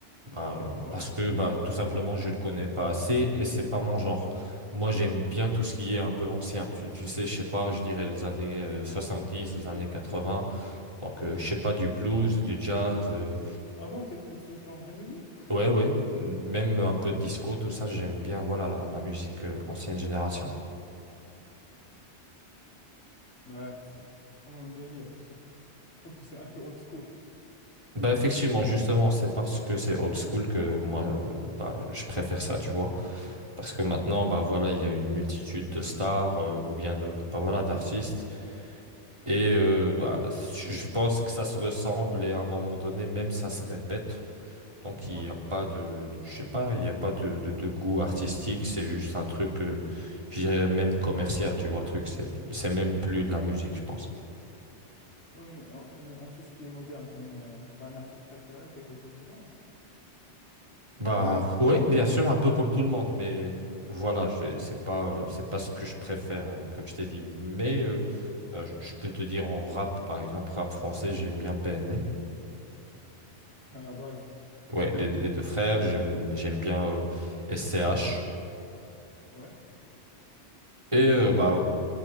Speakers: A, on the right (about 25°); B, on the left (about 85°).
A: Bah, euh,
B: Ouais,
A: parce que bah, tout simplement, je ne le connais pas assez et c'est pas mon genre. Moi, j'aime bien tout ce qui est un peu ancien. Tu, tu sais, je sais pas, je dirais les années euh, dix les années quatre-vingts Donc, euh, je sais pas, du blues,
B: ouais.
A: du jazz. euh,
B: Ah bon, t'écoutes ce genre de musique?
A: ouais, ouais. Même un peu de disco, tout ça, j'aime bien, voilà, la, la musique euh, ancienne génération, quoi.
B: Ben, c'est pas mon délire, tu sais. Je trouve que c'est un peu old school.
A: Bah, effectivement, justement, c'est parce que c'est old school que moi, euh, bah, je préfère ça, tu vois. Parce que
B: Ouais,
A: maintenant, bah, voilà, il y a une multitude de stars euh, ou bien de, bah, voilà, d'artistes. Et euh, bah, je pense que ça se ressemble et à un moment donné, même ça se répète. Donc il
B: ouais.
A: n'y a pas de, de- je sais pas, il n'y a pas de, de- de goût artistique, c'est juste un truc, euh, je dirais même commercial, tu vois, le truc, c'est, c'est même plus de la musique, je pense.
B: Oui, mais en, mais en tout ce qui est moderne, t'aimes, euh, t'as un artiste préféré ou quelque chose du genre?
A: Bah
B: Genre, euh,
A: oui, bien sûr, un peu comme tout le monde, mais voilà, j'ai- c'est pas, euh, c'est pas ce que je préfère, euh, comme je t'ai dit. Mais euh,
B: ouais,
A: bah, je je peux te dire en rap, par exemple, rap français, j'aime bien PNL.
B: à la base,
A: Ouais, les, les deux frères, j'aime j'aime bien euh, S C H
B: ouais.
A: Et euh, bah